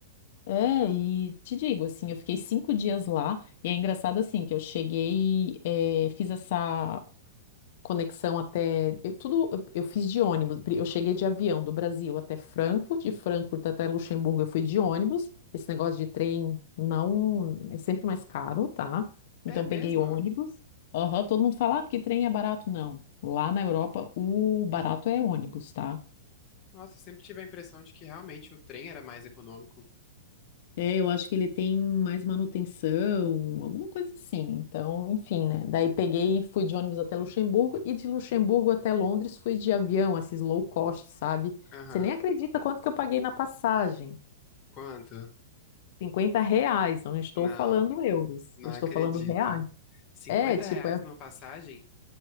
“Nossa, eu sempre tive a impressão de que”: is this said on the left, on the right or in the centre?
Left